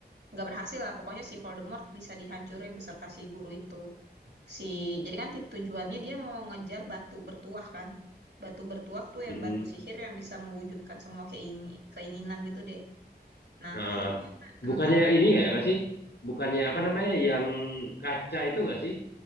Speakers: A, on the right; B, on the left.
A: nggak berhasil lah. Pokoknya si Voldemort bisa dihancurin beserta si guru itu. Si, jadi kan ti- tujuannya dia mau ngejar batu bertuah kan. Batu bertuah tuh
B: Mm-mm.
A: yang batu sihir yang bisa mewujudkan semua keingin- keinginan gitu deh. Nah,
B: Nah,
A: akhirnya eh,
B: bukannya
A: karena
B: ini ya nggak sih? Bukannya apa namanya yang kaca itu nggak sih?